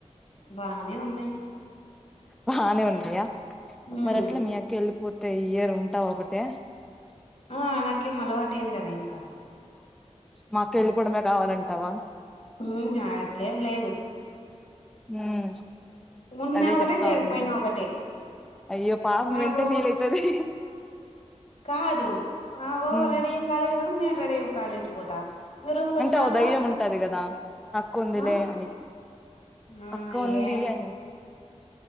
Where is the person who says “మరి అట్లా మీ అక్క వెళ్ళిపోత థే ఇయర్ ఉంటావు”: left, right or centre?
Centre